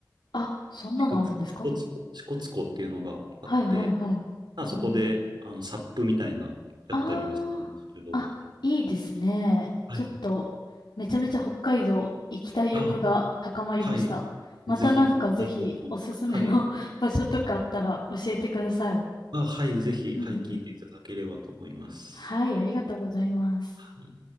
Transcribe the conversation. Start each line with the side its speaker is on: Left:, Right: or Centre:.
Left: あ、そんなのあるんですか
Right: 支笏湖、支笏湖支笏湖っていうのがあって、
Left: はいはいはい。
Right: あそこで、
Left: うんうん。
Right: あの、サップみたいな、やったりはしたんですけど、
Left: ああ、あ、いいですね。
Right: はい。
Left: ちょっと、めちゃめちゃ北海道行きたい欲が高まりました。
Right: あ、はい。
Left: またなんかぜひおすすめの
Right: ぜひ、北海道も、はい。
Left: <laughs> 場所とかあったら教えてください。
Right: あ、はい、ぜひ、
Left: うんうん。
Right: はい、聞いていただければと思います。
Left: はい、ありがとうございます。
Right: はい。